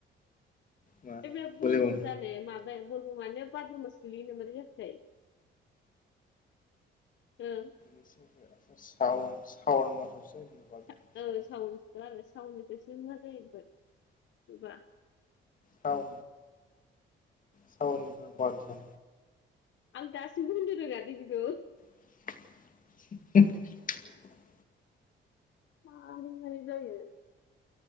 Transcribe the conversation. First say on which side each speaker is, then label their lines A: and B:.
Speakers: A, on the left; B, on the left.
A: मा
B: बलबम
A: बलेबम
B: जानाया माब बलबमानो बाद्र' मास गोलैयो ना मारै जाखोथाय? ओं।
A: <inaudible> सावन सावन मासावसो जायो
B: सा
A: सावन
B: औ सावनसोथ' आरो सावननिफायसो मा जायो बो बेबा।
A: औ। सावननिफ्राय बाद्र'
B: आं दासिमबो होननो रोङा दे बिखौ।
A: <inaudible>
B: मारै-मारै जायो।